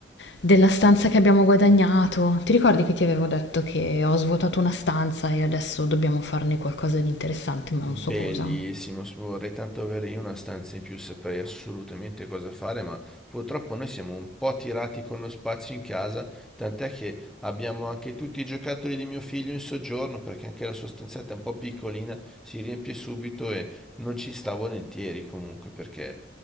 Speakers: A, on the left (about 75°); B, in the centre.
A: della stanza che abbiamo guadagnato. Ti ricordi che ti avevo detto che ho svuotato una stanza e adesso dobbiamo farne qualcosa di interessante, ma non
B: Bellissimo,
A: so cosa.
B: s- vorrei tanto avere io una stanza in più, saprei assolutamente cosa fare, ma purtroppo noi siamo un po' tirati con lo spazio in casa, tant'è che abbiamo anche tutti i giocattoli di mio figlio in soggiorno, perché anche la sua stanzetta è un po' piccolina, si riempie subito e non ci sta volentieri comunque, perché